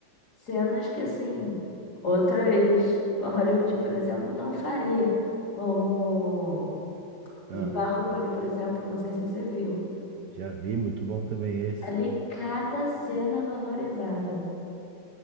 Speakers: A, on the left (about 50°); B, on the right (about 65°).
A: Cenas que, assim, outras. Hollywood, por exemplo, não faria. Como
B: Ah,
A: em Barrubali, por exemplo, não sei se você viu.
B: já vi, muito bom também esse.
A: Ali, cada cena é valorizada.